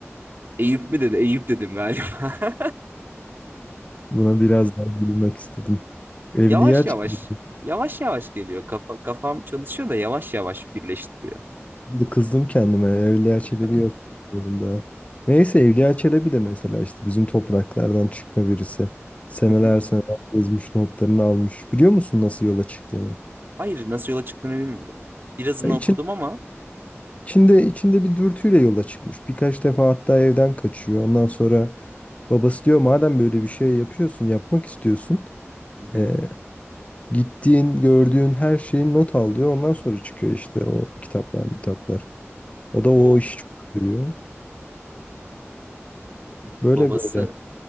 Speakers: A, on the right; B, on the left.
A: Eyüp mü dedi? Eyüp dedim galiba. <laughs>
B: Buna biraz daha bilmek istedim.
A: Yavaş
B: Evliya Çelebi.
A: yavaş, yavaş yavaş geliyor. Kafa, kafam çalışıyor da yavaş yavaş birleştiriyor.
B: Şimdi Kızdım kendime. Evliya Çelebi
A: <laughs>
B: yok durumda. Neyse Evliya Çelebi de mesela işte bizim topraklardan çıkma birisi. Seneler
A: Hı hı.
B: seneler gezmiş notlarını almış. Biliyor musun nasıl yola çıktığını?
A: Hayır, nasıl yola çıktığını bilmiyorum. Birazını
B: Ya için,
A: okudum ama
B: içinde, içinde bir dürtüyle yola çıkmış. Birkaç defa hatta evden kaçıyor. Ondan sonra babası diyor madem böyle bir şey yapıyorsun, yapmak istiyorsun.
A: Hı hı.
B: e, gittiğin, gördüğün her şeyi not al diyor. Ondan sonra çıkıyor işte o kitaplar, kitaplar. O da
A: wow,
B: o işi çok seviyor.
A: babası
B: Böyle böyle.